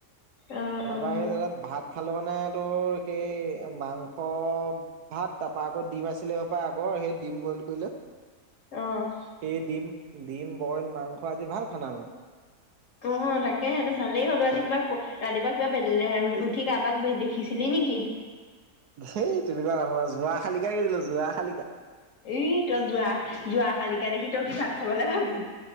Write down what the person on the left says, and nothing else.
অ',
অ',
অ'।
অ', তাকেহে সেইটো ভালেই হ'ল বাৰু, আজি কিবা ৰাতিপুৱা কিবা উঠি কাৰোবাক দেখিছিলি নেকি?
এই তই যোৰা, যোৰাশালিকা দেখি তই কি ভাত খাবলৈ পাবি।